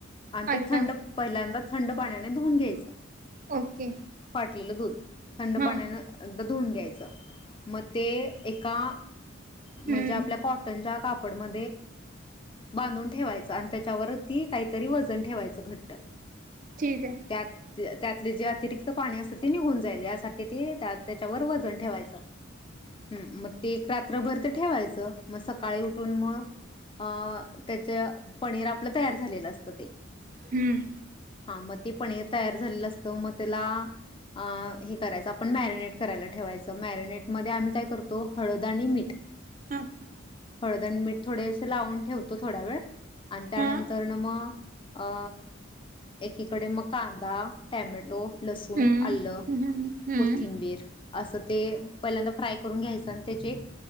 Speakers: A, on the left; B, on the right.
A: आणि
B: अच्छा
A: ते थंड पहिल्यांदा थंड पाण्याने धुवून घ्यायच
B: ओके
A: लं दूध
B: हा
A: पाण्यान आ धुऊून घ्यायचं मग ते एका म्हणजे
B: हम्म
A: आपल्या कॉटनच्या काप पड म बांधून ठेवायचं आणि त्याच्यावर ती काहीतरी वजन ठेवायचं घट्ट
B: ठीक आहे.
A: त्यात त्यातले जे अतिरिक्त पाणी असतं ते निघून जाईल यासाठी तिथे त्या त्याच्यावर वजन ठेवायचं. हम्म म रात्रभर तर ठेवायचं मग सकाळी उठून मग अ त्याच पनीर आपलं तयार झालेलं असतं ते
B: हम्म
A: हा मग ते पनीर तयार झालेलं असतं मग त्याला अ हे कराय आपण मॅरिनेट करायला ठेवायचं मॅरिनेट मध्ये आम्ही काय करतो हळद आणि मीठ
B: हम
A: हळद आणि मीठ थोडेसं लावून ठेवतो थोड्या वेळ आणि त्यानंतर
B: हा
A: ना मग अ एकीकडे मग कांदा टोमॅटो लसूण
B: हम्म
A: आलं
B: हम्म हम्म
A: कोथिंबीर असं ते पहिल्यांदा फ्राय करून घ्यायचं आणि त्याचे